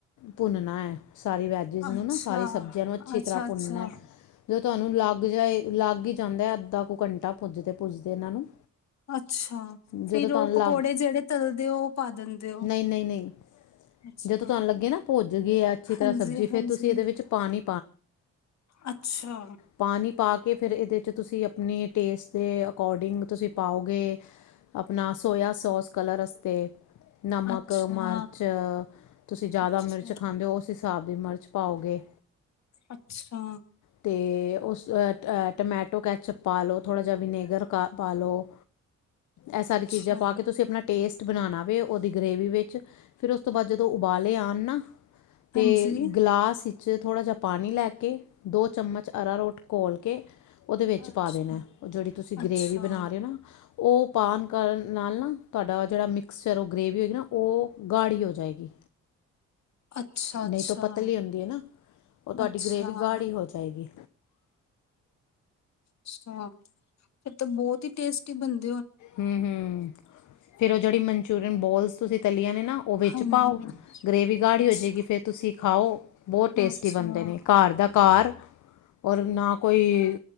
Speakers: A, on the left; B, on the left.
A: ਭੁੰਨਨਾ ਐ ਸਾਰੀ ਵੈਜਿਸ ਨੂੰ
B: ਅੱਛਾ।
A: ਨਾ ਸਾਰੀ ਸਬ ਅੱਛੀ
B: ਅੱਛਾ-ਅੱਛਾ,
A: ਤਰ੍ਹਾਂ ਭੁੰਨਣਾ
B: ਅੱਛਾ ਅੱਛਾ
A: ਜੋ ਤੁਹਾਨੂੰ ਲੱਗ ਜਾਏ ਲੱਗ ਹੀਈ ਜਾਂਦਾ ਹੈ ਅੱਧਾ ਕੁ ਘੰਟਾ ਪੁੱਜਦੇ ਪੁੱਜਦੇ ਇਹਨਾਂ ਨੂੰ
B: ਅੱਛਾ
A: ਜਦੋਂ
B: ਫਿਰ
A: ਤੁਹਾਨੂੰ
B: ਉਹ ਪਕੌੜੇ
A: ਲੱਗ
B: ਜਿਹੜੇ ਤਲਦੇ ਹੋ ਉਹ ਪਾ ਦਿੰਦੇ ਹੋ।
A: ਨਹੀਂ ਨਹੀਂ ਨਹੀਂ
B: ਅੱਛਾ,
A: ਜਦੋਂ ਤੁਹਾਨੂੰ ਲੱਗੇ ਨਾ ਭੱਜ ਗਏ ਆ ਅੱਛੀ
B: ਹਾਂਜੀ-ਹਾਂਜੀ,
A: ਤਰ੍ਹਾਂ ਸਬਜ਼ੀ ਫੇਰ ਤੁਸੀਂ ਇਹਦੇ ਵਿੱਚ ਪਾਣੀ
B: ਅੱਛਾ
A: ਪਾਣੀ ਪਾ ਕੇ ਫੇਰ ਇਹ ਦੇ ਚ ਤੁਸੀ ਆਪਣੇ ਟੇਸਟ ਅਕੋਡਿੰਗ ਤੁਸੀਂ ਪਾਓਗੇ ਆਪਣਾ ਸੋਇਯਾ ਸੋਸ ਕਲਰ ਅਸਤੇ ਨਮਕ
B: ਅੱਛਾ।
A: ਮਿਰਚ ਤੁਸੀਂ ਜਿਆਦਾ
B: ਅੱਛਾ,
A: ਮਿਰਚ ਖਾਂਦੇ ਹੋ ਸਾਬ ਦੀ ਮਿਰਚ ਪਾਓਗੇ।
B: ਅੱਛਾ
A: ਅਤੇ ਉਸ ਟਮੈਟੋ ਕੈਚਅਪ ਪਾ ਲੋ। ਥੋੜਾ ਜਿਹਾ ਵਿਨੇਗਰ ਕ ਪਾਲੋ ਇਹ ਸਾਰੀ
B: ਅੱਛਾ,
A: ਚੀਜ਼ਾਂ ਪਾ ਕੇ ਤੁਸੀਂ ਆਪਣਾ ਟੇਸਟ ਬਣਾਉਣਾ ਉਹਦੀ ਗ੍ਰੇਵੀ ਵਿੱਚ ਫਿਰ ਉਸ ਤੋਂ ਬਾਅਦ ਜਦੋਂ ਉਬਾਲੇ ਆਉਣ ਨਾ ਤੇ
B: ਹਾਂਜੀ।
A: ਗਲਾਸ ਵਿੱਚ ਥੜਾ ਜਿਹਾ ਪਾਣੀ ਲੈ ਕੇ ਦੋ ਚਮਚ ਅਰਾ ਰੋਟ ਘੋਲ ਕੇ ਉਹਦੇ ਵਿੱਚ
B: ਅੱਛਾ,
A: ਪਾ ਦੇਣਾ ਉਹ ਜਿਹੜੀ ਤੁਸੀਂ ਗ੍ਰਰੇਵੀ
B: ਅੱਛਾ,
A: ਬਣਾ ਰਹੇ ਹੋ ਨਾ ਉਹ ਪਾਉਣ ਕਰਨ ਨਾਲ ਨਾ ਤੁਹਾਡਾ ਜਿਹੜਾ ਮਿਕਸਚਰ ਉਹ ਗਰੇੇਵੀ ਹੋਏਗੀ ਨਾ ਉਹ ਗਾੜੀ ਹੋ ਜਾਏਗੀ।
B: ਅੱਛਾ-ਅੱਛਾ,
A: ਨਹੀਂ ਤਾ ਪਤਲੀ ਹੁੰਦੀ ਹੈ ਨਾ ਉਹ ਤੁਹਾਡੀ
B: ਅੱਛਾ, ਅੱਛਾ।
A: ਗਰੇਵੀ ਗਾੜ ਹੀ ਹੋ ਜਾਏਗੀ।
B: ਅੱਛਾ ਫੇਰ ਤਾਂ ਬਹੁਤ ਹੀ ਟੇਸਟੀ ਬਣਦੀ।
A: ਹੂੰ ਹੂੰ ਫਿਰ ਉਹ ਜਿਹੜੀ ਮਨਚੂਰੀਅਨ ਬੋਲਸ ਤੁਸੀਂ ਤੱਲੀਆਂ ਨੇ ਨਾ ਉਹ ਵਿੱਚ
B: ਹਾਂਜੀ
A: ਪਾਓ ਗ੍ਰਰੇਵੀ ਗਾੜੀ
B: ਅੱਛਾ
A: ਹੋ ਜਾਵੇਗੀ ਫਿਰ ਤੁਸੀਂ ਖਾਓ ਬਹੁਤ ਟੇਸਟੀ
B: ਅੱਛਾ
A: ਬਣਦੇ ਨੇ ਘਰ ਦਾ ਘਰ ਔਰ ਨਾ ਕੋਈ